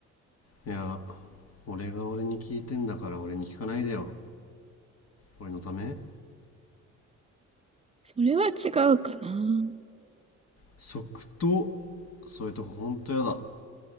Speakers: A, on the left; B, on the right.
A: いや俺が俺に聞いてんだから俺に聞かないでよ俺のため
B: それは違うかな。
A: 即答そういうとこほんとやだ